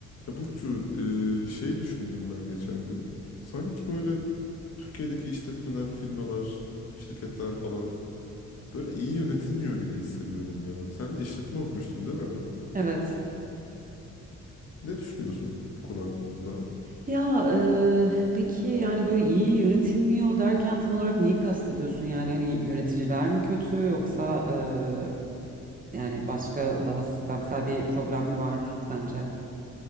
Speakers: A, on the left; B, on the right.
A: Ya Burcu, e, şey düşündüm ben geçen gün. Sanki böyle Türkiye'deki işletmeler, firmalar, şirketler falan böyle iyi yönetilmiyor gibi hissediyorum ya. Sen de işletme okumuştun değil mi?
B: Evet.
A: Ne düşünüyorsun bu konu hakkında?
B: Ya eee, peki yani böyle iyi yönetilmiyor derken tam olarak neyi kastediyorsun? Yani hani yöneticiler mi kötü yoksa eee, yani başka daha sistemsel bir problem mi var sence?